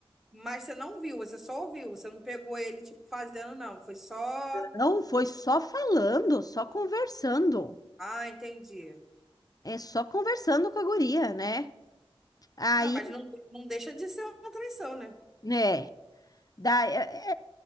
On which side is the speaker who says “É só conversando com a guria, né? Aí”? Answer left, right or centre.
Left